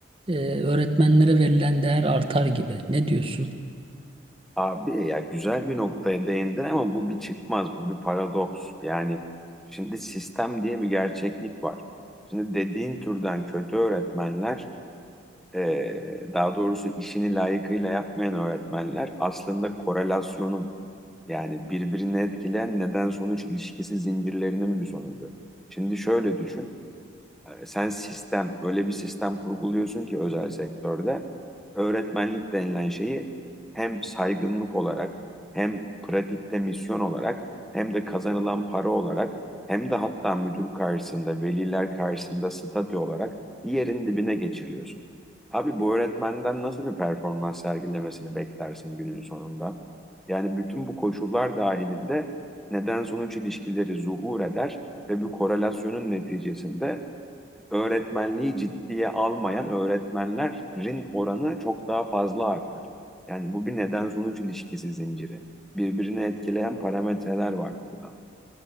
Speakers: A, on the right; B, in the centre.
A: e, öğretmenlere verilen değer artar gibi. Ne diyorsun?
B: Abi ya güzel bir noktaya değindin ama bu bir çıkmaz, bu bir paradoks. Yani şimdi sistem diye bir gerçeklik var. Şimdi dediğin türden kötü öğretmenler, eee, daha doğrusu işini layıkıyla yapmayan öğretmenler aslında korelasyonun yani birbirini etkileyen neden sonuç ilişkisi zincirlerinin bir sonucu. Şimdi şöyle düşün. E, Sen sistem, öyle bir sistem kurguluyorsun ki özel sektörde öğretmenlik denilen şeyi hem saygınlık olarak, hem pratikte misyon olarak, hem de kazanılan para olarak, hem de hatta müdür karşısında, veliler karşısında statü olarak yerin dibine geçiriyorsun. Abi bu öğretmenden nasıl bir performans sergilemesini beklersin günün sonunda? Yani bütün bu koşullar dahilinde neden sonuç ilişkileri zuhur eder ve bu korelasyonun neticesinde öğretmenliği ciddiye almayan öğretmenlerin oranı çok daha fazla artar. Yani bu bir neden sonuç ilişkisi zinciri. Birbirini etkileyen parametreler var burada.